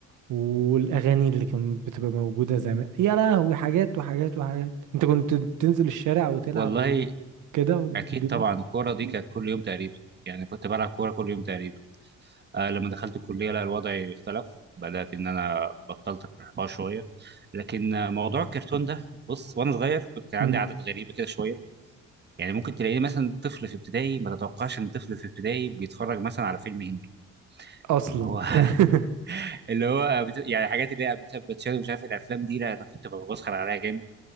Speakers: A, on the right; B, on the right.
A: والأغاني اللي كانت بتبقى موجودة زمان يا لهوي حاجات وحاجات وحاجات أنت كنت تنزل الشارع وتلعب
B: والله
A: وكده والدنيا
B: اكيد طبعا الكوره دي
A: مم.
B: كانت كل يوم تقريبا يعني كنت بلعب كوره كل يوم تقريبا آه لما دخلت الكلية لا الوضع اختلف بدأت إن أنا بطلت الحوار شوية لكن آه، موضوع الكرتون ده بص وأنا صغير كنت عندي
A: مم.
B: عادات غريبة كده شوية يعني ممكن تلاقيني مثلا طفل في ابتدائي ما تتوقعش إن طفل في ابتدائي بيتفرج مثلا على فيلم هندي
A: أصلا
B: واللي هو <laughs>
A: <laughs>
B: اللي هو بت... يعني الحاجات اللي هي أميتاب باتشان ومش عارف الأفلام دي لا أنا كنت بسخر عليها جامد